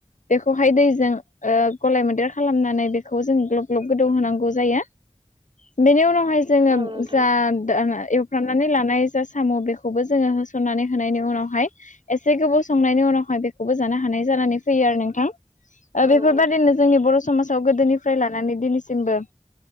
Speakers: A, on the left; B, on the right.
A: बेखौहाय दैजों ओ गलाय मोन्देर खालामनानै बेखौ जों ग्लब ग्लब गोदौ होनांगौ जायो बेनि उनाव जोङो
B: नोंथां औ नोंथां
A: जा
B: औ नोंथां औ नोंथां
A: दा एव हुफ्रामनानै लानाय जा साम' बेखौबो जोङो होसननानै होनायनि उनावहाय एसे गोबाव संनायनि उनावहाय बेखौबो जानो हानाय जानानै फैयो आरो नोंथां। बेफोरबादिनो
B: औ नोंथां
A: जोंनि बर' समाजाव गोदोनिफ्राय लानानै दिनैसिमबो